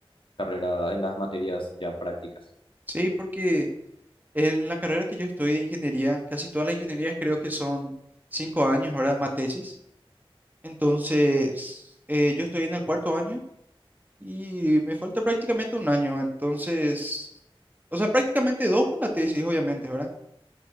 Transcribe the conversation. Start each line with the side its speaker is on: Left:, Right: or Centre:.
Left: carrera, en las materias ya prácticas.
Right: Sí, porque en la carrera que yo estoy de ingeniería, casi todas las ingenierías creo que son cinco años, ¿verdad? Más tesis. Entonces, eh, yo estoy en el cuarto año y me falta prácticamente un año. Entonces, o sea, prácticamente dos con la tesis, obviamente, ¿verdad?